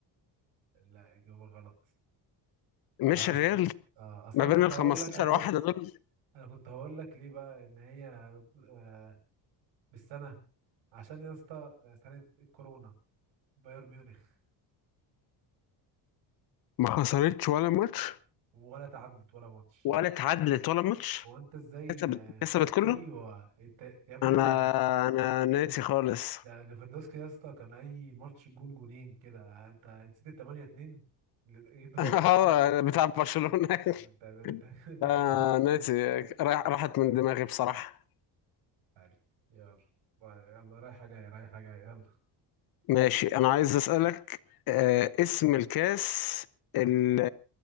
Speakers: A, on the right; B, on the left.
A: لا اجابه غلط
B: مش
A: اصل
B: الريال
A: آه، اصل
B: ما
A: انا
B: بين
A: كنت
B: ال
A: هقول
B: 15
A: لك انا كنت
B: واحدة دول
A: أنا كنت هقول لك ليه بقى ان هي آه، بالسنه عشان يا اسطى آه، سنه الكورونا بايرن ميونخ
B: ما خسرتش ولا ماتش
A: ولا تعدت ولا ماتش
B: ولا اتعادلت ولا ماتش
A: هو انت ازاي
B: كسبت
A: آه،
B: كسبت كله
A: ايوه انت يا ابني
B: انا
A: انت
B: انا ناسي خالص
A: ده ليفاندوسكي يا اسطى كان اي ماتش جون جونين كده انت نسيت ال 8 2 اللي
B: <laughs>
A: يدور
B: اه
A: برشلونه
B: بتاع برشلونة <laughs>
A: انت ده ده ده ده
B: آه،
A: كان
B: ناسي راح- راحت من دماغي بصراحة
A: عارف يلا يلا رايحه جايه رايحه جايه يلا
B: ماشي انا عايز اسألك آه، اسم الكاس ال-